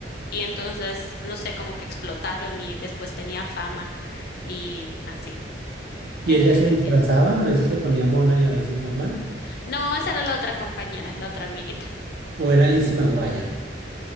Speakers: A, on the left; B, on the right.
A: Y entonces, no sé, como que explotaron y después tenían fama y así. Era
B: Y ella
A: divertido.
B: se disfrazaba, a veces se ponía mona y a veces normal.
A: No, esa era la otra compañera, la otra amiguita.
B: O era Lizzie McGuire.